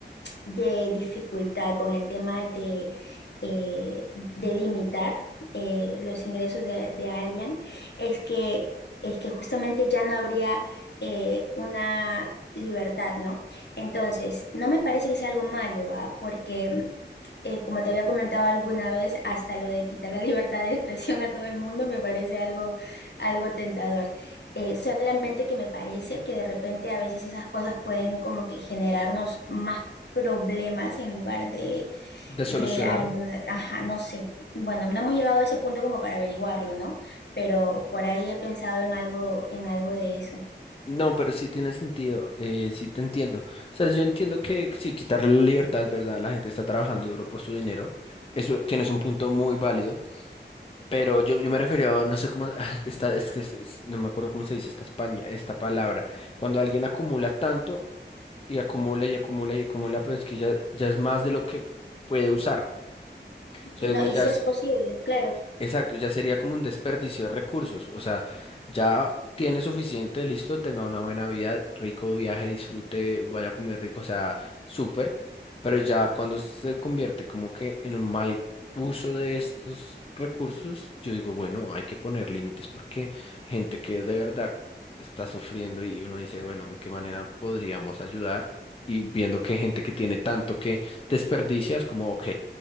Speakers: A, on the left; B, on the left.
A: de dificultad con el tema de, eh, de limitar eh, los ingresos de, de alguien es que, es que justamente ya no habría eh, una libertad, ¿no? Entonces, no me parece que sea algo malo, ¿ah? Porque eh, como te había comentado alguna vez, hasta lo de quitar la <laughs> libertad de expresión a todo el mundo me parece algo, algo tentador. Eh, solamente que me parece que de repente a veces esas cosas pueden como que generarnos más problemas en lugar de,
B: de solucionar.
A: de ayuda. Ajá, no sé. Bueno, no hemos llegado a ese punto como para averiguarlo, ¿no? Pero por ahí he pensado en algo, en algo de eso.
B: No, pero sí tiene sentido, eh, sí te entiendo. O sea, yo entiendo que sí, quitarle la libertad es verdad, la gente está trabajando duro por su dinero, eso tienes un punto muy válido, pero yo, yo me refería, a- no sé cómo, ah, que está, es que es- es- no me acuerdo cómo se dice esta España, esta palabra, cuando alguien acumula tanto y acumula y acumula y acumula, pero es que ya, ya es más de lo que puede usar. O sea,
A: Y
B: digo,
A: No,
B: ya
A: y si
B: es
A: es posible, claro.
B: Exacto, ya sería como un desperdicio de recursos. O sea, ya tiene suficiente, listo, tenga una buena vida, rico viaje, disfrute, vaya a comer rico, o sea, súper. Pero ya cuando se convierte como que en un mal uso de estos recursos, yo digo, bueno, hay que poner límites porque gente que de verdad está sufriendo y uno dice, bueno, ¿en qué manera podríamos ayudar? Y viendo que hay gente que tiene tanto que desperdicia, es como, ok,